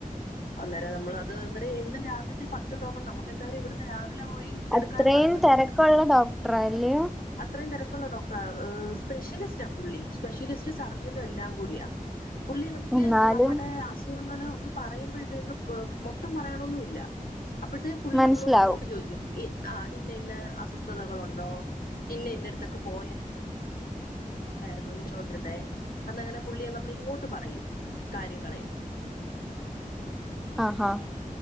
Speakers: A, on the left; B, in the centre.
A: അന്നേരം നമ്മളത് അന്നേരം എന്നും രാവിലത്തെ പത് ത്ത് ടോക്കൺ നമുക്കെന്തായാലും ഇവിടുന്ന് രാവിലെ പോയി എടുക്കാൻ
B: അത്രയും
A: നടക്കത്തില്ല
B: തിരക്കുള്ള ഡോക്ടറല്ലയോ
A: അത്രയും തെരക്കുള്ള ഡോക്റാ ഏഹ് സ്പെഷ്യലിസ്റ്റാ പുള്ളി സ്പെഷ്യലിസ്റ്റ് സർജനും എല്ലാം കൂടിയാ പുള്ളി നമുക്ക്
B: എന്നാലും
A: നമ്മടെ അസുഖങ്ങള് ഒന്ന് പറയു മ്പേഴ്ത്തേക്ക് മൊത്തം പറയണൊന്നുല്ല അപ്പഴത്തേക്ക് പുള്ളി
B: മനസ്സിലാവും
A: നമ്മളോട് ഇങ്ങോട്ട് ചോദിക്കും ഈ ആഹ് ഇന്ന ഇന്ന അസ്വസ്ഥതകളുണ്ടോ ഇന്ന ഇന്നടുത്തൊക്കെ പോയാ യായിരുന്നു <unintelligible> അന്നങ്ങനെ പുള്ളിയ നമ്മളിങ്ങോട്ട് പറയും കാര്യങ്ങളെ
B: ആഹ് ആഹ്